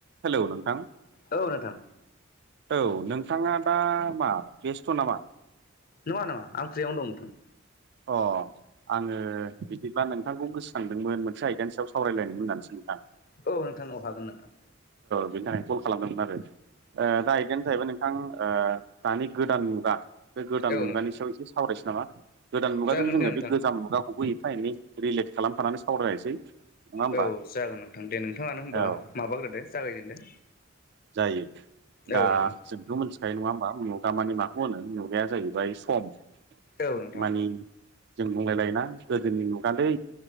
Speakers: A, on the right (about 60°); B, on the left (about 45°).
A: हेलौ नोंथां
B: औ नोंथां
A: औ नोंथाङा दा मा बेस्थ' नामा?
B: नङा नङा आं प्रिआवनो दं नोंथां।
A: अ आङो बिदिब्ला नोंथांखौ गोसोखांदोंमोन मोनसे आयदानि सायाव सावरायलायदोंमोन होननानै सों <unintelligible>
B: औ नोंथांनाव हागोन नोंथां
A: बेनि थाखाय कल खालामदोंमोन आरो दा बेदिनो जाहैबाय नोंथां दानि गोदान मुगा बे गोदान
B: औ
A: मुगानि
B: नोंथां
A: सायाव एसे सावरायसै नामा गोदान मुगाजों
B: जागोन
A: जोङो
B: दे नोंथां
A: बे गोजाम मुगाखौबो एफा एनै रिलेट खालामफानानै सावरायनोसै नङा होमबा
B: औ जागोन नोंथां दे नोंथाङानो होनबा
A: औ
B: माबाग्रोदो जागायजेनदो
A: जायो दा
B: औ नोंथां
A: जोंथ' मोनथिखायो नङा होमबा नआव दामानि माखौ होनो मुगाया जाहैबाय सम
B: औ नोंथां
A: मानि जों बुंलायलायोना गोदोनि मुगालै